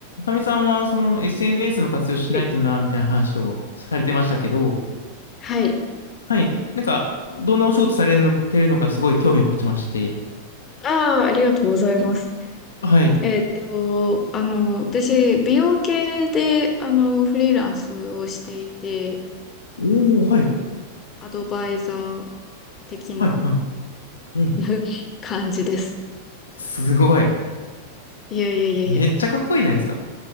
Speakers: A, on the left (about 70°); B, on the left (about 25°).
A: サミさんはその SNS の活用しないとな、
B: い
A: みたいな話をされてましたけど、
B: はい。
A: はい。なんか、どんなお仕事されるのてるのかすごい興味持ちまして。
B: ああ、ありがとうございます。
A: はい。
B: えーっと、あの、私、美容系で、あの、フリーランスをしていて、
A: おー、はい。
B: アドバイザー的な
A: はい、はい。うん。
B: <laughs> 感じです。
A: すごい。
B: いやいやいやいや。
A: めっちゃかっこいいじゃないですか。